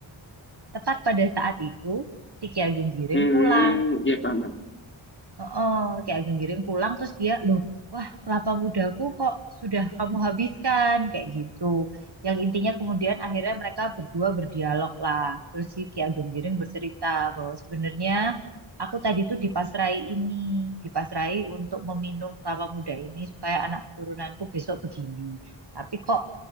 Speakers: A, on the right; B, on the left.
A: Tepat pada saat itu, si Ki Ageng Giring
B: hmm,
A: pulang
B: ya paham. paham.
A: oh, kayak Genggiring pulang terus dia loh wah kelapa mudaku kok sudah kamu habiskan kayak gitu yang intinya kemudian akhirnya mereka berdua berdialog lah terus si Ki Ageng Giring bercerita bahwa sebenarnya aku tadi tuh dipasrai ini dipasrai untuk meminum kelapa muda ini supaya anak keturunanku besok begini tapi kok